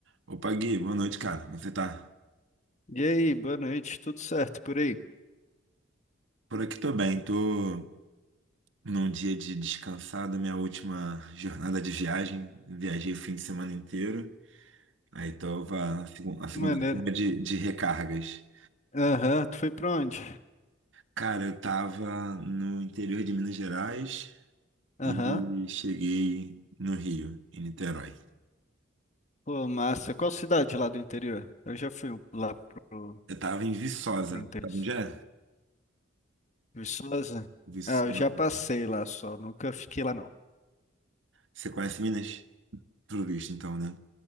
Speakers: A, on the right; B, on the left.
A: Opa, Gui, boa noite, cara. Como você tá?
B: E aí, boa noite, tudo certo por aí? Que
A: Por aqui tô bem, tô num dia de descansado, minha última jornada de viagem. Viajei o fim de semana inteiro. Aí tava na segun- na segunda-feira
B: maneira.
A: de, de recargas.
B: Aham, tu foi pra onde?
A: Cara, eu tava no interior de Minas Gerais
B: Aham,
A: e cheguei no Rio, em Niterói.
B: Pô, massa. Qual cidade lá do interior? Eu já fui lá pro,
A: Eu tava em Viçosa,
B: pro interior.
A: sabe onde é?
B: Viçosa?
A: Viçosa.
B: Ah, eu já passei lá só, nunca fiquei lá não.
A: Você conhece Minas? Tudo visto, então, né?